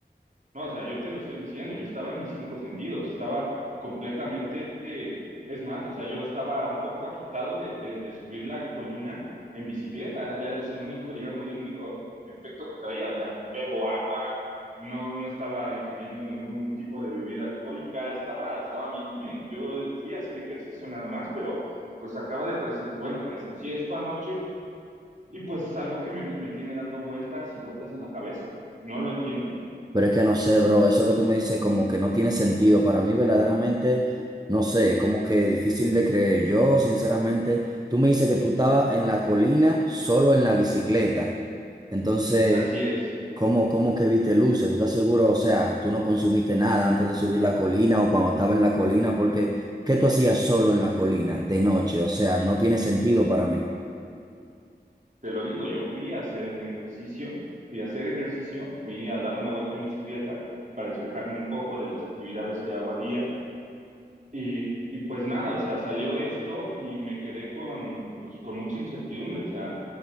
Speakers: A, on the right; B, on the right.
A: No, o sea, yo te lo estoy diciendo, yo estaba en mis cinco sentidos, estaba completamente, eh, es más, o sea, yo estaba un poco agitado de, de- de subir la colina en bicicleta, era, era- es el único, <laughs> digamos, el único efecto que traía, o sea, bebo agua, no, no estaba ingiriendo ningún tipo de bebida alcohólica, estaba, estaba bien, men. Yo fui a hacer ejercicio nada más, pero pues acabo de, presen- bueno, presencié esto anoche y pues es algo que me, me tiene dando vueltas y vueltas en la cabeza, no lo entiendo,
B: Pero es que no sé, bro, eso que tú me dices como que no tiene sentido. Para mí verdaderamente, no sé, como que difícil de creer. Yo, sinceramente, tú me dices que tú estabas en la colina solo en la bicicleta. Entonces,
A: así es.
B: ¿cómo, cómo que viste luces? ¿Tú estás seguro? O sea, tú no consumiste nada antes de subir la colina o cuando estaba en la colina, porque ¿qué tú hacías solo en la colina de noche? O sea, no tiene sentido para mí.
A: Te lo digo, yo fui a hacer un ejercicio, fui a hacer ejercicio, fui a dar una vuelta en bicicleta para despejarme un poco de las actividades que hago a día y, y pues nada, o sea, salió esto y me quedé con, pues, con mucha incertidumbre, o sea,